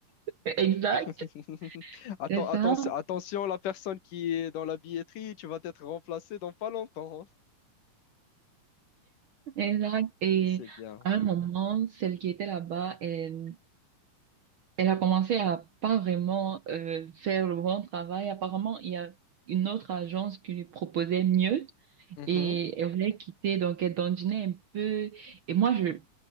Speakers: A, on the right; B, on the left.
A: Exact.
B: <laughs> Atten-
A: C'est
B: atten-
A: ça,
B: attention, la personne qui est dans la billetterie, tu vas être remplacé dans pas longtemps. hein.
A: exact. Et
B: Mais C'est bien.
A: à un moment, celle qui était là-bas, elle, elle a commencé à pas vraiment euh, faire le bon travail. Apparemment, il y a une autre agence qui lui proposait mieux
B: Mhm.
A: et elle voulait quitter, donc elle dandinait un peu. Et moi, je,